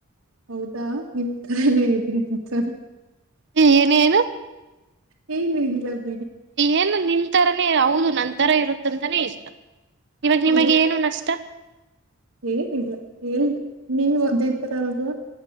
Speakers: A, on the right; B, on the right.
A: ಹೌದಾ ನಿಮ ರನೇ ಇದೆ ಅಂತರ
B: ಹ ಏನ ಏನು
A: ಹನ ಲ <unintelligible>
B: ಏನು ನಿಂತರನೇ ಹೌದು ನಂತರ ಇರುತ್ತಂತಾನೇ ಇಷ್ಟ ಇವಾಗ
A: ಹೌದು
B: ನಿಮಗ್ ಏನು ನಷ್ಟ
A: ಏನಿಲ್ಲ ಎಲ್್ದ ನೀವು ಅದೇ ತರ ಅಲ್ವಾ